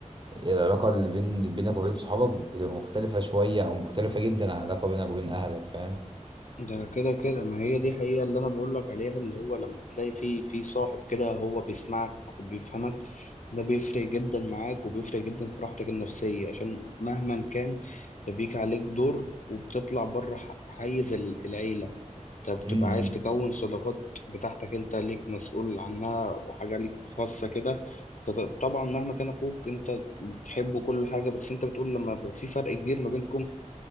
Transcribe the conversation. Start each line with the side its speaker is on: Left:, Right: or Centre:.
Right: العلاقة اللي بين بينك وبين صحابك بتبقى مختلفة شوية أو مختلفة جدا عن العلاقة بينك وبين أهلك فاهم؟
Left: ده كده كده ما هي دي حقيقة اللي أنا بقول لك عليها اللي هو لما تلاقي في في صاحب كده هو بيسمعك وبيفهمك ده بيفرق جدا معاك وبيفرق جدا في راحتك النفسية عشان مهما كان ده بيجي عليك دور وبتطلع بره ح- حيز ال- العيلة انت بتبقى
Right: امم
Left: عايز تكون صداقات بتاعتك انت ليك مسؤول عنها وحاجة ليك خاصة كده طب- طبعا مهما كان أخوك انت بتحبه كل حاجة بس انت بتقول لما يبقى في فرق كبير ما بينكم